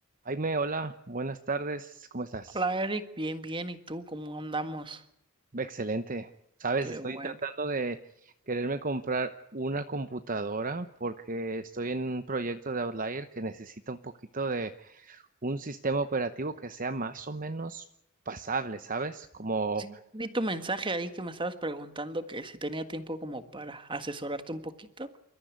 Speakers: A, on the right; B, on the right.
A: Jaime, hola, buenas tardes, ¿cómo estás?
B: Hola Eric, bien, bien, ¿y tú cómo andamos?
A: Excelente. Sabes,
B: Qué
A: estoy
B: bueno.
A: tratando de quererme comprar una computadora porque estoy en un proyecto de Outlier que necesita un poquito de un sistema operativo que sea más o menos pasable, ¿sabes? Como,
B: Sí, vi tu mensaje ahí que me estabas preguntando que si tenía tiempo como para asesorarte un poquito,